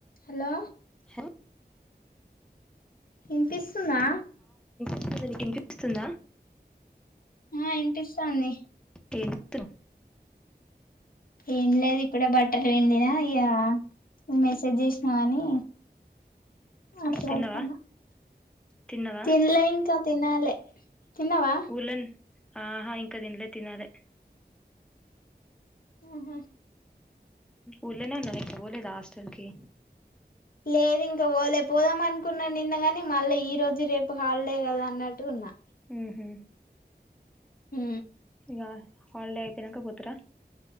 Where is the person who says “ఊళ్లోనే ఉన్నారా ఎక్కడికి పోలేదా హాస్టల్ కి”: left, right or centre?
Centre